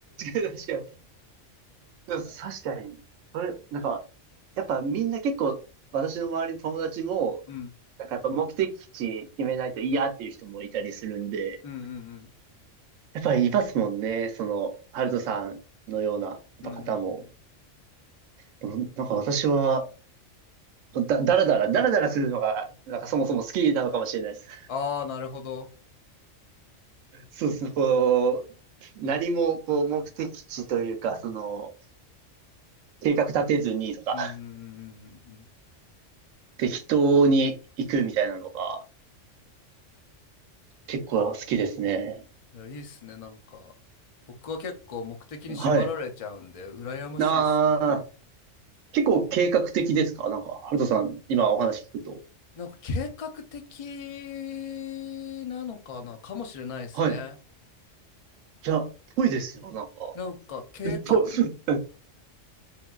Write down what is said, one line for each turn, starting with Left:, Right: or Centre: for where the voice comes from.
Right: に確かに。でも確かに。
Left: はい
Right: これ、なんか、やっぱみんな結構、私の周りの友達も、
Left: うん
Right: なんかやっぱ目的地決めないと嫌っていう人もいたりするんで、
Left: うんうん
Right: やっぱりいますもんね。その、ハルトさんのような、やっぱ方も。
Left: うんうんうんうん
Right: でもなんか私は、だ、だらだら、だらだらするのが、なんかそもそも好きなのかもしれないです。
Left: ああー、なるほど。
Right: そうですね。こう、何もこう目的地というか、その、計画立てずにとか、
Left: うんうんうんうんうん
Right: 適当に行くみたいなのが結構好きですね。
Left: うん。いや、いいっすね、なんか。僕は結構目的に縛られちゃうんで、
Right: はい。
Left: 羨ましいっすね。
Right: なあー、結構計画的ですかなんか、ハルトさん、今お話聞くと。
Left: なんか計画的なのかな、かもしれないですね。
Right: はい。いや、ぽいですよ、なんか。ぽ
Left: なんか計画、
Right: <laughs>